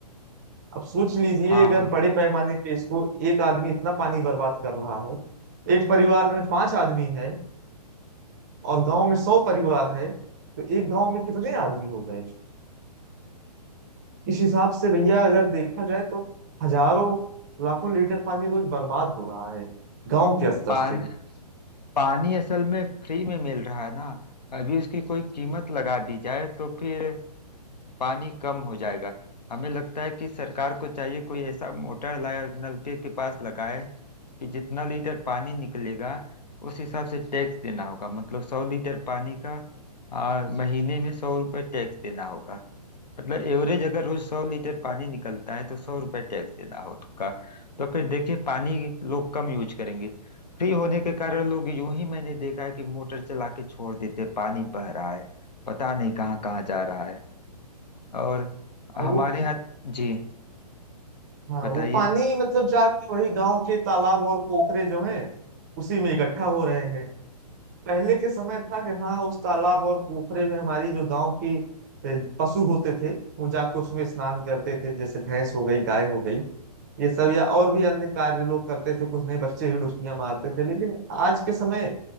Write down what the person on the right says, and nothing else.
अब सोच लीजिए
अगर बड़े पैमाने पे इसको एक आदमी इतना पानी बर्बाद कर रहा है एक परिवार में पांच आदमी है और गांव में सौ परिवार है तो एक गांव में कितने आदमी हो गए इस हिसाब से भैया अगर देखा जाए तो हजारों लाखों लीटर पानी रोज बर्बाद हो रहा है गांव के स्तर
से
और वो
हाँ
वो पानी मतलब जाके वही गांव के तालाब और पोखरे जो हैं उसी में इकट्ठा हो रहे हैं पहले के समय था कि हाँ उस तालाब और पोखरे में हमारी जो गांव की ए, पशु होते थे वो जाके उसमें स्नान करते थे जैसे भैंस हो गई गाय हो गई ये सब या और भी अन्य कार्य लोग करते थे कुछ नहीं बच्चे ही डुबकियां मारते थे लेकिन आज के समय